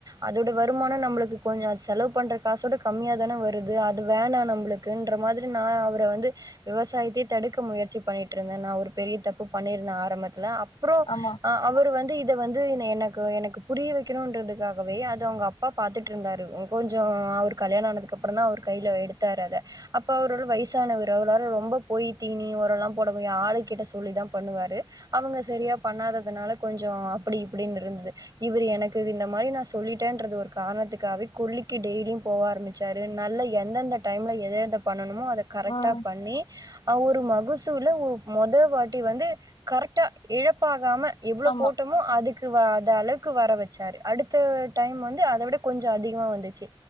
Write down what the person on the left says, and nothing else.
ஆமா
ம்
ஆமா